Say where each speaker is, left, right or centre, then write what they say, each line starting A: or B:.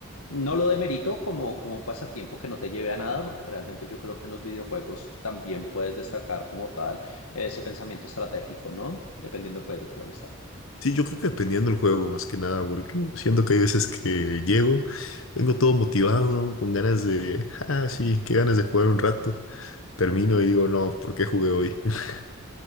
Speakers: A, on the left; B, on the left.
A: No lo demerito como, como un pasatiempo que no te lleve a nada, porque realmente yo creo que en los videojuegos también puedes destacar como tal ese pensamiento estratégico, ¿no? Dependiendo del juego, claro está.
B: Sí, yo creo que dependiendo del juego, más que nada, porque siento que hay veces que llego, vengo todo motivado, con ganas de, ah, sí, qué ganas de jugar un rato. Termino
A: Ujú.
B: y digo, no, ¿por qué jugué hoy? <laughs>